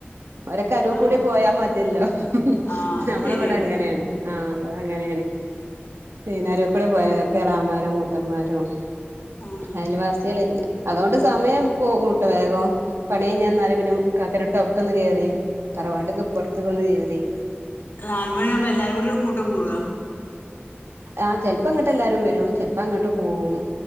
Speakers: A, on the right; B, on the left.
A: ഒരൊക്കെ അരുവിക്കൂടി
B: ആഹ്
A: പോയാൽ മതി അതല്ലോ
B: ആഹ് അത്
A: നമ്മളെവിടെ
B: ശരിയാണ്
A: അങ്ങനെയാണ് ആഹ് ഇവടെ അങ്ങനെയാണ് <unintelligible> കൂടെ പോയതി ഒക്കെ എളാമാരും മൂത്തമ്മാരും
B: ആഹ്
A: അയൽവാസികളില്ല അതൊണ്ട് സമയം പോകുട്ട വേഗം പണി കയ്ഞ്ഞെന്നാല് പിന്നെ കാക്കനോട്ക്ക് അവ്ട്ക്കൊന്ന്കേറി തറവാട്ട്ക്ക് ഇപ്പൊർത്ത്ക്ക് ഒന്ന് ഏറി
B: ആ നാലുമണി ആവുമ്പോ എല്ലാരും കൂടി ഒരു കൂട്ടം കൂടോ
A: ആ ചെൽപ്പങ്ങോട്ട് എല്ലാരും വരും ചെൽപ്പ അങ്ങോട്ട് പോവും